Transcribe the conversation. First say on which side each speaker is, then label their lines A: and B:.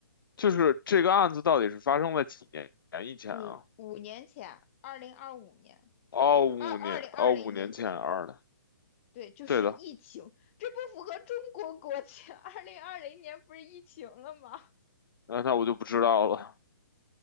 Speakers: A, on the left (about 70°); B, on the left (about 35°).
A: 就是这个案子到底是发生在几年以前啊？
B: 五五年前，二零二五年，
A: 哦，五年，
B: 二二零二零年前，
A: 哦，五年前二的，
B: 对，就是疫情，
A: 对的，
B: 这不符合中国国情。二零二零年不是疫情了吗？
A: 那那我就不知道了，